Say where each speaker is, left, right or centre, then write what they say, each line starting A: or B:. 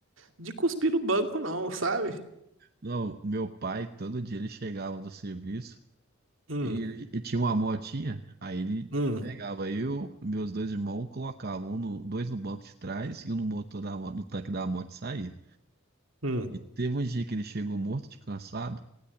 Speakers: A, on the right (about 70°); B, on the right (about 50°).
A: de cuspir no banco, não, sabe?
B: Não, meu pai, todo dia ele chegava do serviço
A: Hum,
B: e ele, e tinha uma motinha, aí ele
A: hum,
B: pegava eu, meus dois irmãos, colocavam um no- dois no banco de trás e um no motor da, mo- no tanque da moto e saía.
A: hum,
B: E teve um dia que ele chegou morto de cansado.